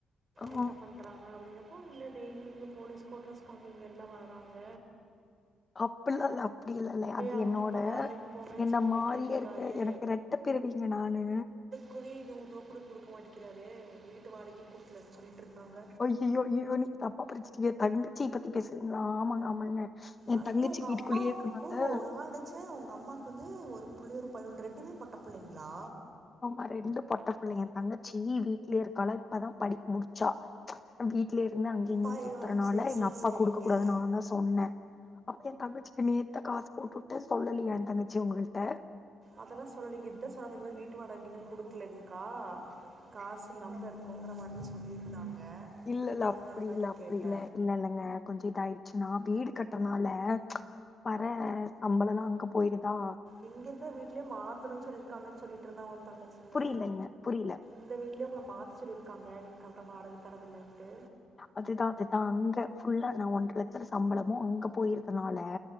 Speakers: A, on the left (about 30°); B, on the right (about 40°).
A: ஆ
B: என்ன பண் றாங்க அப்டின்னப்போ இங்க டெய்லி இங்க போலீஸ் கோட்ரஸ்க்கு அங்க இங்கன்ல்லா வராங்க
A: அப்பில்லா இல்ல அப்டியலா இல்ல அது
B: அவங்க
A: என்னோட
B: அப்பா வேலைக்கு போங்கன்னு
A: என்ன
B: சொல்லி
A: மாரியே
B: திட்டிட்ருக்காரு
A: இருக்க எனக்கு ரெட்டப் பிறவீங்க நானு
B: குடி நூறுவா கூட குடுக்க மாட்டேக்கிறாரு வீட்டு வாடகையு குடுக்லன்னு சொல்லிட்டு இருந்தாங்க
A: அய்யோ அய்யோ நீக தப்பா புரிச்சுட்டிங்க தங்கச்சிய பத்தி பேசுறீங்களா ஆமாங்க ஆமாங்க என்
B: அய்யோ
A: தங்கச்சி
B: உங்க
A: வீட்டுக்குள்ளேயே
B: அம்மா
A: இருக்கனால
B: ஓ நா நென ச்சே உங்க அம்மாக்கு வந்து ஒரு பிள்ள ஒரு பயன் ஒன்னு ரெண்டுமே பொட்ட பிள்ளைங்களா
A: ஆ ரெண்டு பொட்ட பிள்ளைங்க என் தங்கச்சி வீட்லே இருக்காலா இப்பதா படிப்பு முடிச்சா வீட் வீட்லே இருந்து அங்க இங்க
B: பைய
A: சுத்துறனால
B: சேரி
A: எங்க
B: சேரி
A: அப்பா
B: சேரிங்க
A: குடுக்க கூடாது நான்தா சொன்னே அப்பறோ என் தங்கச்சிக்கு நேத்துதா காசு போட்டு உட்டே சொல்லலயா என் தங்கச்சி உங்கள்ட்ட
B: அதெல்லா சொல்லலீங்க இதா சொன்னங்க இந்த மாரி வீட்டு வாடக இன்னு குடுக்கலன்னு கா காசு இல்லாம இருக்கோங்கிற மாரி சொல்லியிருந்தாங்க
A: இல்ல இல்ல
B: அதனால
A: அப்டி
B: தாங்க
A: இல்ல அப்டி
B: கேட்ட
A: இல்ல இல்ல இல்லங்க கொஞ்சோ இதாயிருச்சுன்னா வீடு கட்டுறனால வர சம்பளோல்லா அங்க போயிருதா
B: எங்க இருக்க வீட்லேயே மாத்தணு சொல்லிருக்காங்கன்னு சொல்லிட்டு இருந்தா ஒன் தங்கச்சிங்க
A: புரியலைங்க புரியல
B: இந்த வீட்லே உங்கள மாத்த சொல்லியிருக்காங்க நீங்க கரெக்டாக வாடக தரதில்லன்ட்டு
A: அதுதா அதுதா அங்க ஃபுல்லா நா ஒன்றர லட்ச சம்பளமு அங்க போயிருதுனால